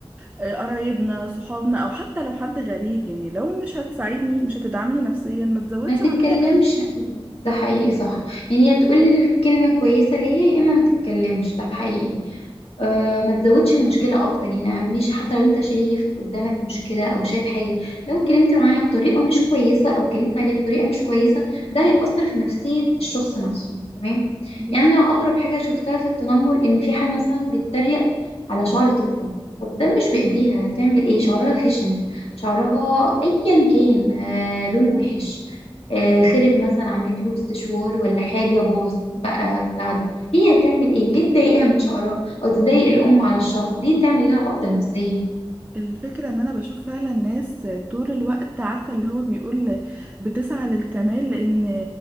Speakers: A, on the right (about 15°); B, on the left (about 80°).
A: آه، قرايبنا صحابنا او حتى لو حد غريب يعني لو مش هتساعدني مش هتدعمني نفسيا ما تزودش
B: ما تتكلمش
A: عليا
B: ده حقيقي صح يعني يا تقول كلمة كويسة ليا يا اما ما تتكلمش ده حقيقي آه، ما تزودش المشكلة أكتر يعني مش حتى لو أنت شايف قدامك مشكلة أو شايف حاجة لو اتكلمت معاها بطريقة مش كويسة أو اتكلمت عليها بطريقة مش كويسة ده هيأثر في نفسية الشخص نفسه تمام
A: العبء
B: يعني أنا أغرب حاجة شفتها في التنمر إن في حد مثلا بيتريق على شعر طفلة طب ده مش بإيديها هتعمل إيه شعرها خشن شعرها أيا كان آه، لون وحش آه، خرب مثلا عملت له استشوار ولا حاجة باظ بقى بتاع ده هي هتعمل ايه ليه تضايقها من شعرها أو تضايق الأم على الشعر ليه تعمل لها عقدة نفسية
A: الفكرة ان انا بشوف فعلا ناس طول الوقت عارفة اللي هو بيقول بتسعى للكمال لان